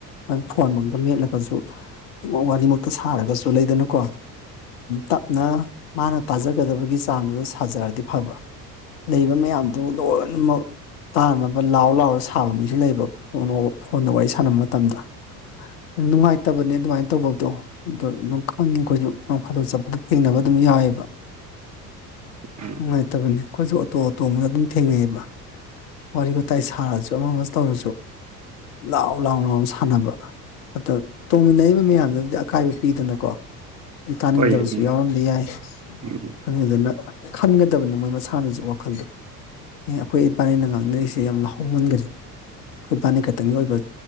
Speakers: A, on the left (about 60°); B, on the right (about 35°).
A: ꯃꯣꯏ ꯐꯣꯟ ꯃꯗ ꯃꯦꯠꯂꯒꯁꯨ ꯋꯥꯔꯤꯃꯨꯛꯇ ꯁꯥꯔꯒꯁꯨ ꯂꯩꯗꯅꯨ ꯀꯣ ꯇꯞꯅ ꯃꯥꯅ ꯇꯥꯖꯒꯗꯕꯒꯤ ꯆꯥꯡꯗꯨꯗ ꯁꯥꯖꯔꯗꯤ ꯐꯕ ꯂꯩꯕ ꯃꯌꯥꯝꯗꯨ ꯂꯣꯏꯅꯃꯛ ꯇꯥꯅꯕ ꯂꯥꯎ ꯂꯥꯎꯔ ꯁꯥꯕ ꯃꯤꯁꯨ ꯂꯩꯕ ꯐꯣꯟꯕ ꯐꯣꯟꯗ ꯋꯥꯔꯤ ꯁꯥꯟꯅꯕ ꯃꯇꯝꯗ ꯅꯨꯡꯉꯥꯏꯇꯕꯅꯦ ꯑꯗꯨꯃꯥꯏꯅ ꯇꯧꯕꯗꯣ ꯑꯗꯨꯗꯣ ꯑꯗꯨꯝ ꯈꯪꯉꯦ ꯑꯩꯈꯣꯏꯁꯨ ꯈꯤꯪ ꯐꯥꯗꯣꯛ ꯆꯠꯄꯒ ꯊꯦꯡꯅꯕ ꯑꯗꯨꯝ ꯏꯕ
B: <inaudible> ꯎꯝ
A: ꯅꯨꯡꯉꯥꯏꯇꯕꯅꯦ ꯑꯩꯈꯣꯏꯁꯨ ꯑꯣꯇꯣ ꯑꯣꯇꯣ ꯑꯃꯗ ꯑꯗꯨꯝ ꯊꯦꯡꯅꯩꯕ ꯋꯥꯔꯤ ꯋꯥꯋꯇꯥꯏ ꯁꯥꯔꯁꯨ ꯑꯃ ꯑꯃ ꯇꯧꯔꯁꯨ ꯂꯥꯎ ꯂꯥꯎ ꯂ ꯑꯃ ꯁꯥꯟꯅꯕ ꯑꯗꯣ ꯇꯣꯡꯃꯤꯟꯅꯔꯤꯕ ꯃꯌꯥꯝꯗꯨꯗꯤ ꯑꯀꯥꯏꯕ ꯄꯤꯗꯅꯀꯣ ꯇꯥꯅꯤꯡꯗꯕꯁꯨ
B: ꯍꯣꯏ ꯑꯗꯨꯅꯤ
A: ꯌꯥꯎꯔꯝꯕ ꯌꯥꯏ
B: ꯎꯝ
A: ꯑꯗꯨꯗꯨꯅ ꯈꯟꯒꯗꯕꯅꯤ ꯃꯣꯏ ꯃꯁꯥꯅꯁꯨ ꯋꯥꯈꯜꯗꯣ ꯑꯦ ꯑꯩꯈꯣꯏ ꯏꯄꯥꯅꯤꯅ ꯉꯥꯡꯅꯔꯤꯁꯦ ꯌꯥꯝꯅ ꯂꯧꯍꯣꯡꯃꯟꯒꯅꯤ ꯑꯩꯈꯣꯏꯕꯥꯅꯤ ꯈꯛꯇꯪꯒꯤ ꯑꯣꯏꯕ